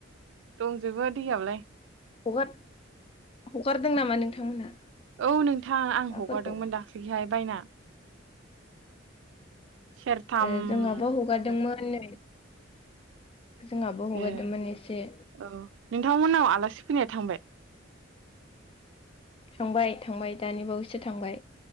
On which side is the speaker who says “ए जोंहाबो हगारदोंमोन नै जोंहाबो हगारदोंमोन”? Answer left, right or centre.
Left